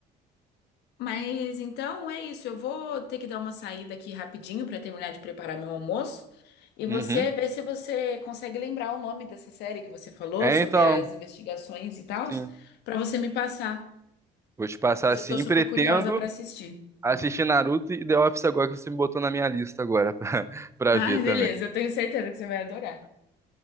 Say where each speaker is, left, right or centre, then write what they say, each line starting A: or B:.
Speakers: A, on the left; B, on the right.
A: Mas então é isso, eu vou ter que dar uma saída aqui rapidinho para terminar de preparar meu almoço. E você
B: Uhum.
A: vê se você consegue lembrar o nome dessa série que você falou
B: É,
A: sobre
B: então,
A: as investigações e tal,
B: sim.
A: para você me passar,
B: Vou te passar
A: que eu
B: assim.
A: já tô super
B: Pretendo
A: curiosa para assistir.
B: assistir Naruto e The Office agora que você me botou na minha lista agora <laughs> pra,
A: <laughs>
B: pra
A: Ai,
B: ver também.
A: beleza, eu tenho certeza que você vai adorar.